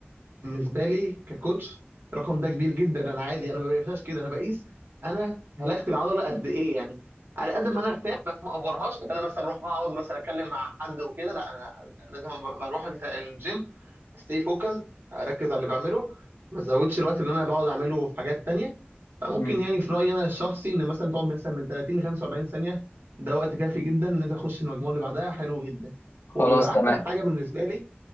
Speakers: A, on the right (about 60°); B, on the left (about 70°).
A: بالنسبه لي ككوتش الرقم ده كبير جدا انا عادي انا ما بقيسهاش كده انا بقيس انا هلكت العضله قد ايه يعني على قد ما انا ارتاح بس ما اوفرهاش ان انا مثلا اروح بقى اقعد مثلا اتكلم مع حد وكده لا انا لازم أما اروح الت- الجيم استي فوكس اركز على اللي بعمله ما ازودش الوقت اللي انا بقعد اعمله في حاجات تانية فممكن
B: مم.
A: يعني في رايي انا الشخصي ان مثلا تقعد مثلا من 30 ل 45 ثانيه ده وقت كافي جدا ان انت تخش المجموعه اللي بعدها حلو جدا
B: خلاص
A: وبيبقى
B: تمام
A: احسن حاجه بالنسبه لي